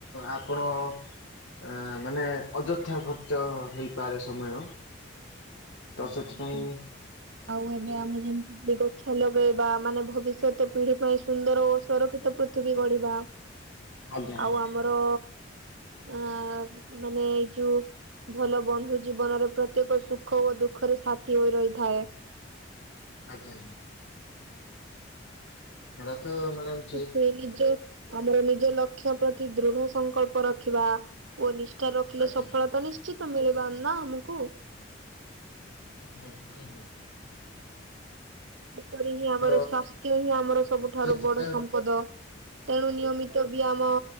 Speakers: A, on the left; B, on the right.
A: ଆପଣ ଅ ମାନେ ଅଯଥା ଖର୍ଚ୍ଚ ହେଇପାରେ ସମୟ।
B: <inaudible>
A: ତ ସେଥିପାଇଁ
B: ଆଉ ଏବେ ଆମେ ଯେମତି ଗଛ ଲଗେଇବା ମାନେ ଭବିଷ୍ୟତ ପିଢି ପାଇଁ ସୁନ୍ଦର ଓ ସୁରକ୍ଷିତ। ପୃଥିବୀ ଗଢ଼ିବା।
A: <unintelligible> ଆଜ୍ଞା
B: ଆଉ ଆମର। ଅ ମାନେ ଏଇ ଯୋଉ ଭଲ ବନ୍ଧୁ ଜୀବନର ପ୍ରତ୍ୟେକ ସୁଖ ସୁଖ ଓ ଦୁଃଖରେ ସାଥି ହୋଇ ରହିଥାଏ।
A: ଆଜ୍ଞା। ସେଇଟା ତ ମ୍ୟାଡାମ ଠିକ
B: <inaudible> ଆମର ନିଜ ଲକ୍ଷ୍ୟ ପ୍ରତି ଦୃଢ ସଂକଳ୍ପ ରଖିବା ଓ ନିଷ୍ଠା ରଖିଲେ
A: ଆଜ୍ଞା
B: ସଫଳତା ନିଶ୍ ନିଶ୍ଚିତ ମିଳିବ ନା ଆମକୁ।
A: ହୁଁ ହୁଁ ହୁଁ।
B: ସେପରି ହିଁ ଆମର
A: ତ
B: ସ୍ୱାସ୍ଥ୍ୟ ହିଁ ଆମର ସବୁଠାରୁ
A: ସେଥିପାଇଁ
B: ବଡ ସ ସମ୍ପଦ ତେଣୁ ନିୟମିତ ବିୟାମ